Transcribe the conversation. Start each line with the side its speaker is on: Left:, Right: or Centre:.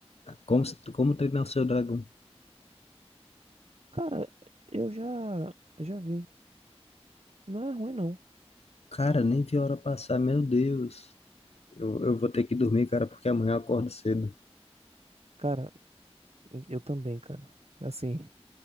Left: Como, Se- Como Treinar o Seu Dragão.
Right: Cara, eu já, já vi. Não é ruim, não.
Left: Cara, nem vi a hora passar, meu Deus. Eu, eu vou ter que dormir, cara, porque amanhã eu acordo cedo.
Right: Cara, eu também, cara. Assim.